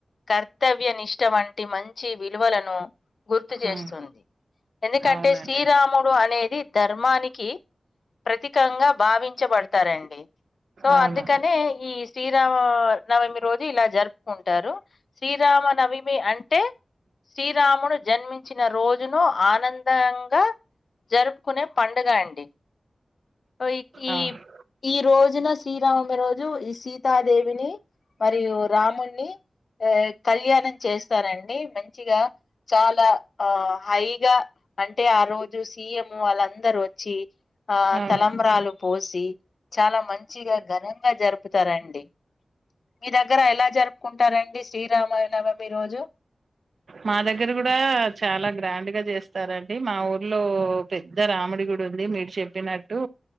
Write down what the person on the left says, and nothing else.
కర్తవ్య నిష్ట వంటి మంచి విలువలను గుర్తు చేస్తుంది.
ఎందుకంటే
శ్రీరాముడు అనే ధర్మానికి ప్రతీకంగా భావిం చబడుతారండి. సో
అందుకనే ఈ శ్రీరామ నవమి రోజు ఇలా జరుపుకుంటారు. శ్రీరామనవమి అంటే శ్రీరామును జన్మించిన రోజును ఆనందంగా జరుపుకునే పండుగ అండి ఈ
ఈ రోజున శ్రీరావమి రోజు ఈ సీతాదేవిని మరియు రాముణ్ణి ఆ కళ్యాణం చేస్తారండి. మంచిగ చాల ఆ హైగా అంటే ఆ రోజు సీఎం వాళ్ళందరు వచ్చి ఆ
తలంబ్రాలు పోసి చాల మంచిగా ఘనంగా జరుపుతారండి. మీ దగ్గర ఎలా జరుపుకుంటారండి శ్రీరామ నవమి రోజు